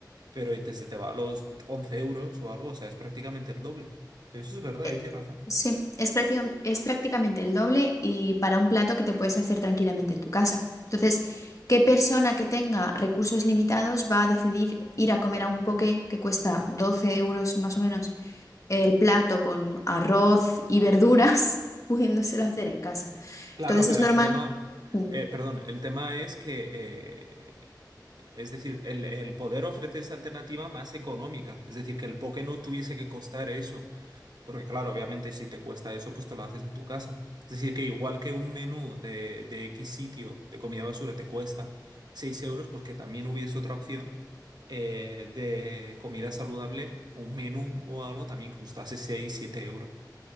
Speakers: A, on the right; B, on the left.
A: pero te, se te va a los 11 euros o algo, o sea, es prácticamente el doble. Eso es verdad,
B: Eh,
A: y tienes razón.
B: sí, es práctica- es prácticamente el doble y para un plato que te puedes hacer tranquilamente en tu casa. Entonces, ¿qué persona que tenga recursos limitados va a decidir ir a comer a un poke que cuesta 12 euros más o menos? el plato con arroz y verduras, <laughs> pudiéndoselo hacer en casa.
A: Claro,
B: Entonces
A: pero
B: es normal.
A: el tema,
B: Mm.
A: eh, perdón, el tema es que, eh, es decir, el, el poder ofrecer esa alternativa más económica, es decir, que el poke no tuviese que costar eso, porque claro, obviamente si te cuesta eso, pues te lo haces en tu casa. Es decir, que igual que un menú de, de X sitio de comida basura te cuesta 6 euros, pues que también hubiese otra opción eh, de comida saludable, un menú o algo también que costase 6 7 euros.